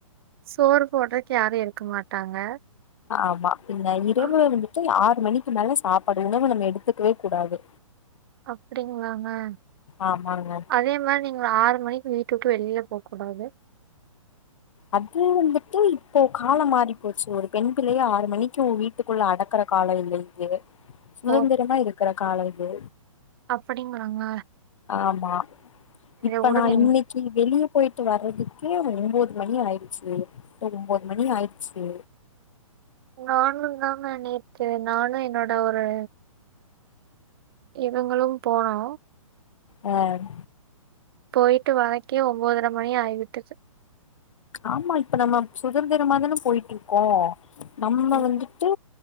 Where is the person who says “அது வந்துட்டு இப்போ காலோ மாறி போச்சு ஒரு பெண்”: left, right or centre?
Left